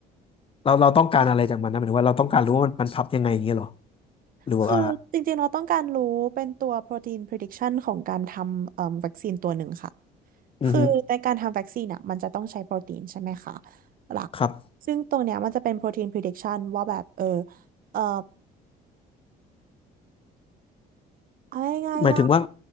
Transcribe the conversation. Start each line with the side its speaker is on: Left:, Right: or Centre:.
Left: เราเราต้องการอะไรจากมันนะหมายถึงว่าเราต้องการรู้ว่ามันมันพับยังไงอย่างเงี้ยเหรอหรือว่า
Right: คือจริงๆเราต้องการรู้เป็นตัว protein prediction ของการทำเอ่อวัคซีนตัวหนึ่งค่ะ
Left: อือฮึ
Right: คือในการทำวัคซีนอ่ะมันจะต้องใช้โปรตีนใช่ไหมคะหลัก
Left: ครับ
Right: ซึ่งตรงเนี้ยมันจะเป็น protein prediction ว่าแบบเออเอ่อเอาง่ายๆว่า
Left: หมายถึงว่า